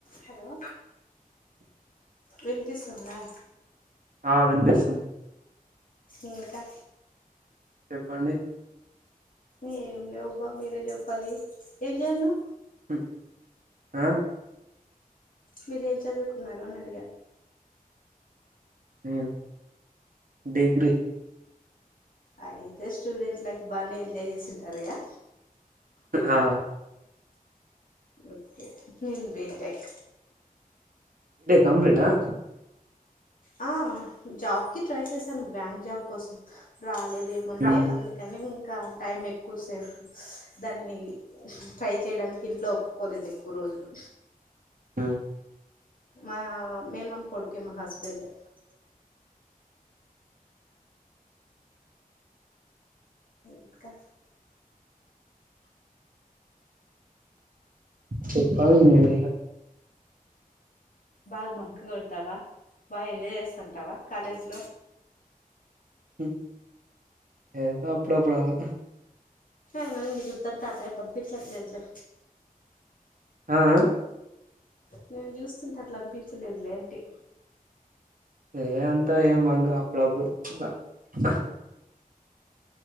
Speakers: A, on the left; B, on the right.
A: హలో విన్పిస్తుందా?
B: ఆ విన్పిస్తుంద్
A: ఇంకా?
B: చెప్పండి
A: ఏం లేవు బా మీరే చెప్పాలి ఏం చేసినావ్?
B: హ్మ్ ఆ
A: మీరు ఏం చదువుకున్నారు అని అడిగా?
B: నేన్ డిగ్రీ
A: అయితే స్టూడెంట్ లైఫ్ బాగానే ఎంజాయ్ చేసింటారుగా?
B: ఆ
A: ఓకే నేను బీటెక్
B: కంప్లీట్ ఆ
A: ఆ జాబ్ కి ట్రై చేశాను బ్యాంక్ జాబ్ కోసం రాలేద్ ఏమంటే
B: ఉమ్
A: అందుకని ఇంకా టైం ఎక్కువ సేపు దాన్ని ట్రై చేయడానికి ఇంట్లో ఒప్పుకోలేదు ఎక్కువ రోజులు
B: ఉమ్
A: మా మేన్మామ్ కొడుకే మా హస్బెండ్ ఇంకా?
B: చెప్పాల్ మీరే ఇగా?
A: బాగా బంక్ కొడతావా బాగా ఎంజాయ్ చేస్తంటావా కాలేజ్ లో
B: ఉమ్ ఏదో అప్పుడు అప్పుడు అలా
A: ఐనా ఎందుకు చెప్తారు టాటాయి పంపిచట్లేదులే
B: ఆ అ
A: నిన్ను చూస్తుంటే అట్లా అనిపించలేదులే లే అంటి
B: ఏ అంతా ఏం బంక్ అప్పుడప్పుడు ప్చ్